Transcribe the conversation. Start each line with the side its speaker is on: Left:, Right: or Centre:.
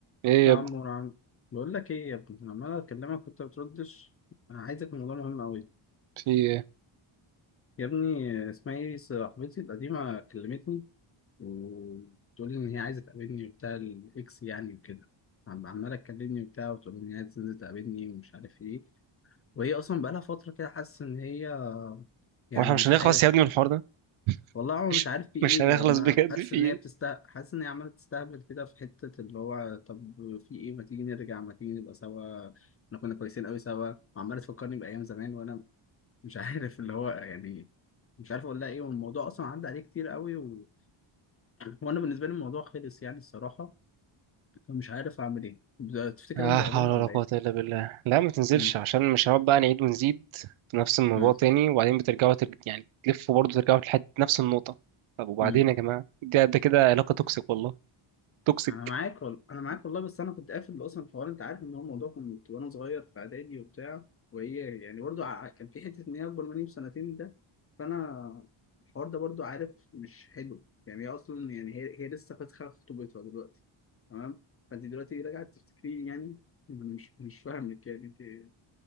Right: ايه يا
Left: يا عم
Right: ابني
Left: ورعم بقول لك ايه يا ابني أنا عمال اكلمك وانت بتردش انا عايزك الموضوع مهم قوي
Right: في ايه
Left: يا ابني اسمها ايه صاحبتي القديمه كلمتني وتقول لي ان هي عايزه تقابلني وبتاع الاكس يعني وكده عم- عماله تكلمني وبتاع وتقول لي ان هي عايزه تنزل تقابلني ومش عارف ايه وهي اصلا بقالها فتره كده حاسه ان هي يعني
Right: واحنا مش
Left: مش
Right: هنخلص
Left: عارف
Right: يا ابني من الحوار ده
Left: والله هو
Right: مش
Left: مش عارف في ايه
Right: مش هنخلص
Left: يعني انا
Right: بجد
Left: حاسس
Right: في
Left: ان
Right: ايه
Left: هي بتست حاسس ان هي عماله تستهبل كده في حته اللي هو طب في ايه ما تيجي نرجع ما تيجي نبقى سوا احنا كنا كويسين قوي سوا وعماله تفكرني بايام زمان وانا مش عارف اللي هو يعني مش عارف اقول لها ايه والموضوع اصلا عدى عليه كتير قوي و... وانا بالنسبه لي الموضوع خلص يعني الصراحه فمش عارف اعمل ايه ب- تفتكر
Right: لا
Left: انزل
Right: حول
Left: اقابلها ولا
Right: ولا قوة
Left: ايه؟
Right: إلا بالله لا ما تنزلش
Left: امم
Right: عشان مش هنقعد بقى نعيد ونزيد في نفس الموضوع
Left: امم،
Right: تاني وبعدين بترجعوا ترج... يعني تلفوا برضه ترجعوا لحد نفس النقطة طب وبعدين
Left: امم.
Right: يا جماعة ده ده كده علاقة توكسيك والله توكسيك
Left: انا معاك والله انا معاك والله بس انا كنت قافل اصلا الحوار انت عارف ان هو الموضوع كنت وانا صغير في اعدادي وبتاع وهي يعني برضو ع- كان في حته ان هي اكبر مني بسنتين ده فانا الحوار ده برضو عارف مش حلو يعني هي اصلا يعني هي هي لسه فاتحه خطوبتها دلوقتي تمام فانت دلوقتي راجعه تفتكرين يعني مش مش فاهمك يعني انت ايه